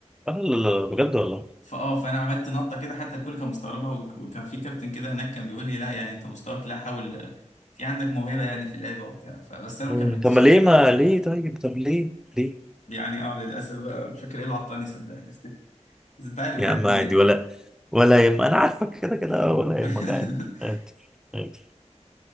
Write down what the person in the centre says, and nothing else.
اه لا لا لا، بجد والله
امم
طب ما ليه ما ليه طيب طب ليه ليه
يا
عم
عادي
ولا ولا يهم انا عارفك كده كده ولا
يهمك عادي عادي عادي.